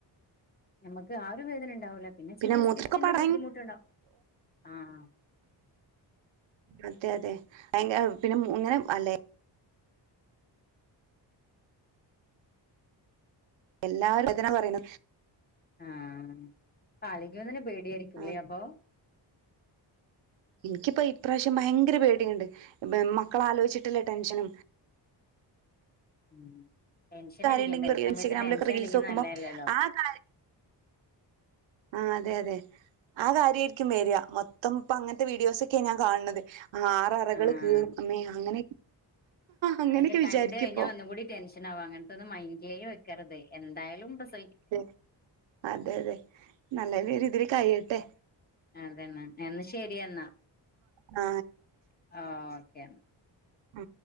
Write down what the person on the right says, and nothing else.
പിന്നെ
മൂത്രക്കെ
<inaudible> പറ
മറ്റേതെ ഭയങ്കര പിന്നെ ഇങ്ങനെ അല്ലേ എല്ലാരും എതിനാ പറയണ
ആഹ്
എനിക്കിപ്പോ ഇപ്രാവശ്യം ഭയങ്കര പേടിയുണ്ട് മക്കള ആലോചിച്ചിട്ടില്ലേ ടെൻഷനും
കാര്യം
ഉണ്ടെങ്കിൽ
ഇൻസ്റ്റാഗ്രാമിലൊക്കെ
റീൽസ്
നോക്കുമ്പോ ആ കാര്യം ആ അതെ അതെ ആ കാര്യമായിരിക്കും വരിയാ മൊത്തം ഇപ്പ അങ്ങനത്തെ വീഡിയോസ ഒക്കെയ ഞാൻ കാണുന്നത് ആ ആറ അറകൾ
കീന്നെ അങ്ങനെ അങ്ങനെയൊക്കെ
വിചാരിക്കും
ഇപ്പൊ
അ അതെ അതെ നല്ല പേര് ഇതി കയട്ടെ
ആ
ആ